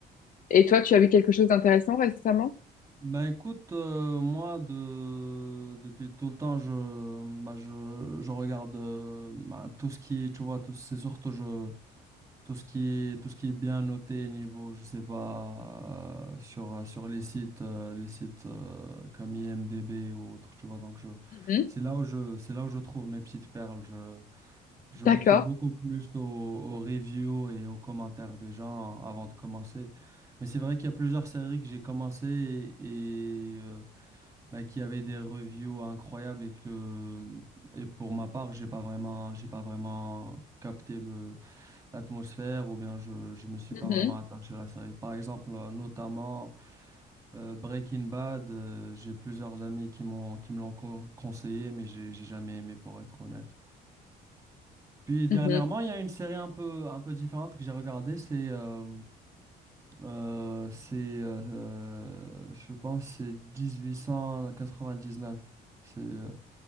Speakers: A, on the left; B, on the right.
A: et toi, tu as vu quelque chose d'intéressant récemment?
B: Ben écoute, euh, moi de depuis tout le temps je bah, je, je regarde euh, ben, tout ce qui est, tu vois tout c'est surtout je tout ce qui est tout ce qui est bien noté niveau je sais pas euh, sur euh, sur les sites euh, les sites euh, comme IMDb ou autre tu vois donc je
A: Mhm.
B: c'est là où je c'est là où je trouve mes petites perles Je je
A: D'accord.
B: me fie beaucoup plus aux, aux reviews et aux commentaires des gens avant de commencer. Mais c'est vrai qu'il y a plusieurs séries que j'ai commencé et, et, euh, bah, qui avaient des reviews incroyables et que et pour ma part, j'ai pas vraiment j'ai pas vraiment capté le l'atmosphère ou bien je je me suis
A: Mhm.
B: pas vraiment attaché à la série. Par exemple, euh, notamment euh, Breaking Bad, euh, j'ai plusieurs amis qui m'ont qui me l'ont con- conseillé mais j'ai j'ai jamais aimé pour être honnête. Puis dernièrement,
A: Mhm.
B: il y a une série un peu, un peu différente que j'ai regardée, c'est, euh, euh, c'est euh, euh, je pense, c'est 1899. C'est, euh,